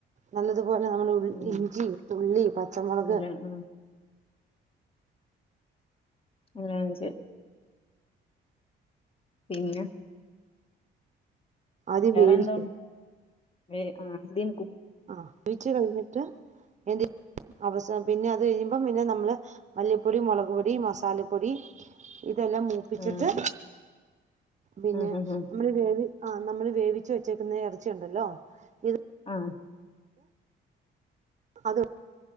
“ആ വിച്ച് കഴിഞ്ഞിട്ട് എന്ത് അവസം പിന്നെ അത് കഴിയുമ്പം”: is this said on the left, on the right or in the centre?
Right